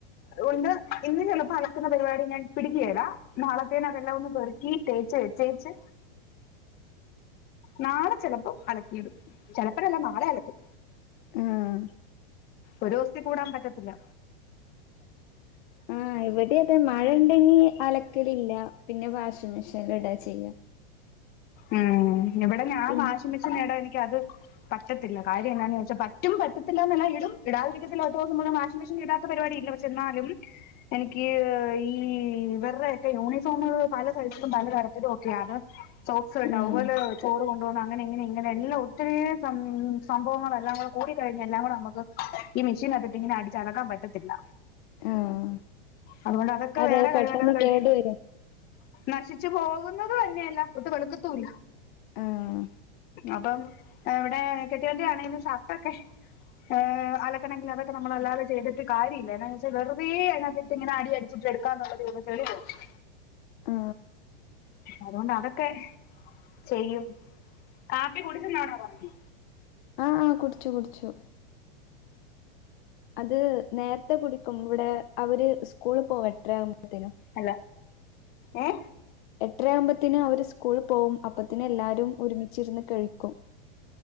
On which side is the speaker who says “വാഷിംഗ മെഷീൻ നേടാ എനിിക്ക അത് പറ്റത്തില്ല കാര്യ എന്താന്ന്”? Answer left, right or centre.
Left